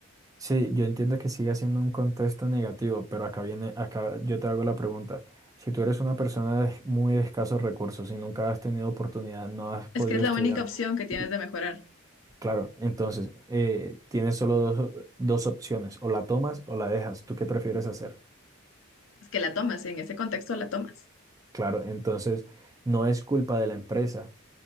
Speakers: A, on the right (about 15°); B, on the left (about 65°).
A: Sí, yo entiendo que sigue siendo un contexto negativo, pero acá viene, acá yo te hago la pregunta. Si tú eres una persona de muy escasos recursos y nunca has tenido oportunidad, no has podido
B: Es que es la
A: estudiar,
B: única opción que tienes
A: y
B: de mejorar.
A: claro, entonces eh, tienes solo dos, o- dos opciones, o la tomas o la dejas. ¿Tú qué prefieres hacer?
B: Es que la tomas, en ese contexto la tomas.
A: Claro, entonces no es culpa de la empresa,